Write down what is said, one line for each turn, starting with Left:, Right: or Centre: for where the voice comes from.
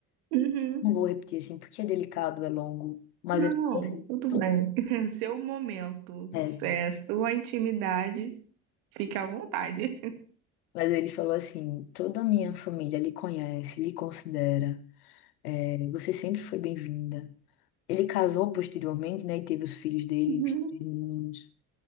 Right: Uhum.
Left: Não vou repetir assim, porque é delicado, é longo. Mas
Right: Não,
Left: ele falou assim,
Right: tudo
Left: "Tô-
Right: bem. <laughs> Seu momento,
Left: é,
Right: é, sua intimidade, fica à vontade.
Left: mas ele falou assim, toda a minha família lhe conhece, lhe considera. é, você sempre foi bem-vinda. Ele casou posteriormente, né? E teve os filhos dele,
Right: Uhum.
Left: os três meninos.